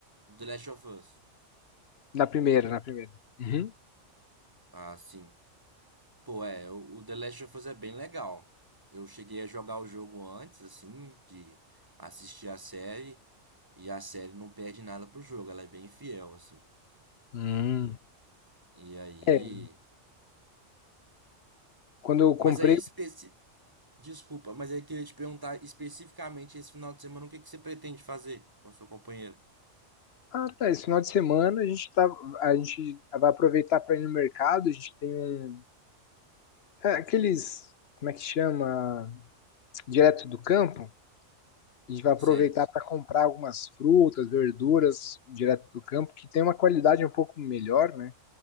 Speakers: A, on the right (about 15°); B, on the left (about 60°).
A: do The Last of Us.
B: Na primeira, na primeira. Uhum.
A: Ah, sim. Pô, é, o o The Last of Us é bem legal. Eu cheguei a jogar o jogo antes, assim, de assistir a série, e a série não perde nada pro jogo, ela é bem fiel, assim,
B: Hum.
A: né? E aí.
B: É, Quando eu comprei,
A: Mas aí, especi... desculpa, mas aí eu queria te perguntar especificamente esse final de semana, o que que você pretende fazer com a sua companheira?
B: ah, tá, esse final de semana a gente tá, a gente vai aproveitar para ir no mercado, a gente tem um É, aqueles, como é que chama? Direto do campo. A gente vai aproveitar
A: Sei,
B: para comprar algumas frutas, verduras direto do campo, que tem uma qualidade um pouco melhor, né?